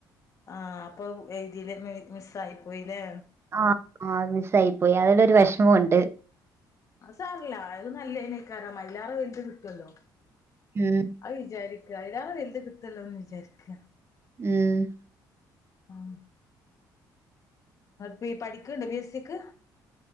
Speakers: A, on the left; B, on the right.
A: ആഹ് അപ്പൊ എഴുതീല് മിസ്സായി പോയിലേ.
B: ആഹ് ആഹ് മിസായി പോയി അതിലൊരു വെഷ്മംണ്ട്.
A: അത് സാരല്ല അത് നല്ലതിനേക്കാരം അയ്ലാറെ വൽത് കിട്ടൊല്ലോ.
B: ഉം.
A: അത് വിചാരിക്ക അയ്ലേറെ വെൽത് കിട്ടല്ലോന്ന് വിചാരിക്ക.
B: ഉം.
A: ഉം. പീ പഠിക്ക്ണ്ടൊ പി എസ് സിക്ക്.